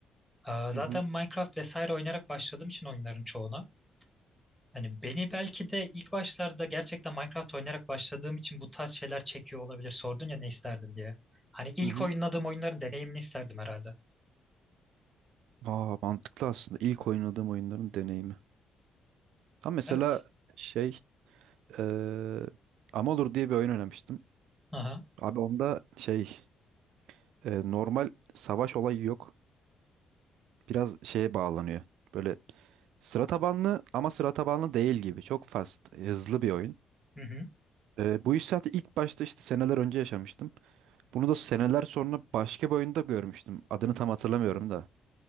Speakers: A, in the centre; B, on the right (about 85°).
A: Aa, zaten
B: Hı hı,
A: Minecraft vesaire oynayarak başladığım için oyunların çoğuna. Hani beni belki de ilk başlarda gerçekten Minecraft oynayarak başladığım için bu tarz şeyler çekiyor olabilir. Sordun ya ne isterdin diye. Hani ilk
B: hı hı.
A: oynadığım oyunların deneyimini isterdim herhalde.
B: Aa, mantıklı aslında. İlk oynadığım oyunların deneyimi. Ha mesela
A: Evet.
B: şey, eee Amalur diye bir oyun oynamıştım.
A: Aha.
B: Abi onda şey, eee, normal savaş olayı yok. Biraz şeye bağlanıyor. Böyle sıra tabanlı ama sıra tabanlı değil gibi. Çok fast, hızlı bir oyun.
A: Hı hı.
B: Eee, bu hissiyatı ilk başta işte seneler önce yaşamıştım. Bunu da seneler sonra başka bir oyunda görmüştüm. Adını tam hatırlamıyorum da.